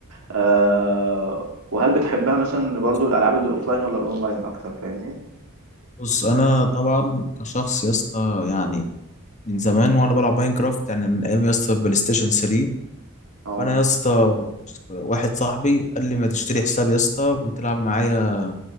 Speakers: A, on the right; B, on the left.
A: آه وهل بتحبها مثلا برضو
B: بص
A: الالعاب الاوفلاين ولا الاونلاين اكتر فاهمني
B: بص انا طبعا كشخص يا اسطى يعني من زمان وانا بلعب ماينكرافت يعني من ايام يا اسطى بلاي ستيشن 3
A: اه
B: فانا يا اسطى واحد صاحبي قال لي ما تشتري حساب يا اسطى وتلعب معايا